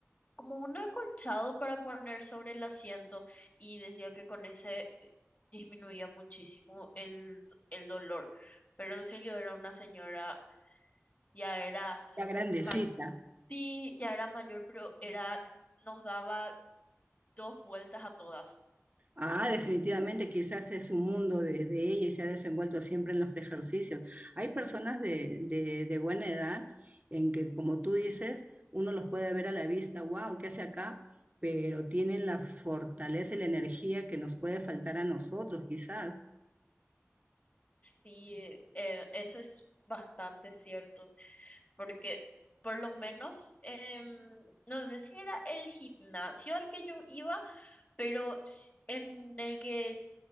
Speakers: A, on the left; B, on the right.
A: como un acolchado para poner sobre el asiento, y decía que con ese eh, disminuía muchísimo el, el dolor. Pero en serio era una señora, ya era
B: la grandecita.
A: mayor, sí, ya era mayor, pero era, nos daba dos vueltas a todas.
B: Ah, definitivamente, quizás es un mundo de, de ella y se ha desenvuelto siempre en los ejercicios. Hay personas de, de- de buena edad en que, como tú dices, uno los puede ver a la vista, wow, ¿qué hace acá? Pero tienen la fortaleza y la energía que nos puede faltar a nosotros, quizás.
A: Sí, eh, eso es bastante cierto, porque por lo menos, em, no sé si era el gimnasio al que yo iba, pero s- en el que